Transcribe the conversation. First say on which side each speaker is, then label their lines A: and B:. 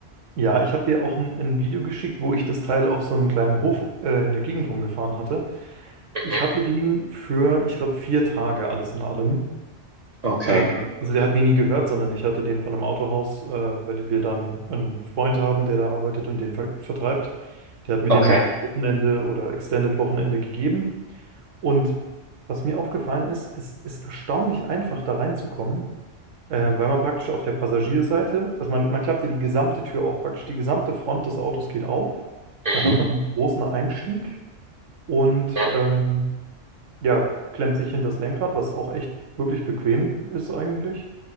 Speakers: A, on the right (about 80°); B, on the right (about 50°).
A: Ja, ich habe dir auch ein, ein Video geschickt, wo ich das Teil auf so einen kleinen Hof äh, in der Gegend rumgefahren hatte.
B: Mhm.
A: Ich hatte den für, ich glaube, vier Tage alles in allem.
B: Okay,
A: Äh, also der hat mir nie gehört, sondern ich hatte den von einem Autohaus, äh, weil wir dann einen Freund haben, der da arbeitet und den ver vertreibt. Der hat mir
B: okay.
A: den mal für Wochenende oder Extended Wochenende gegeben. Und was mir aufgefallen ist, es ist erstaunlich einfach da reinzukommen. Äh, weil man praktisch auf der Passagierseite, also man, man klappte die gesamte Tür auf, praktisch die gesamte Front des Autos geht auf.
B: Mhm.
A: Da hat man einen großen Einstieg und
B: Ja.
A: ähm, ja, klemmt sich hinter das Lenkrad, was auch echt wirklich bequem ist eigentlich.